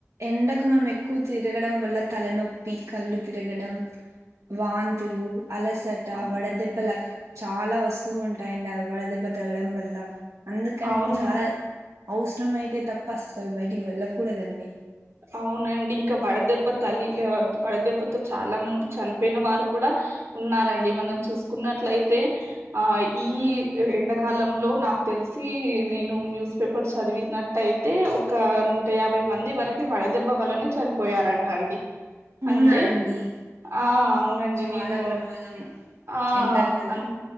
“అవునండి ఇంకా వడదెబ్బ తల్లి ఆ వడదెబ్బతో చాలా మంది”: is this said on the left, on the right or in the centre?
Right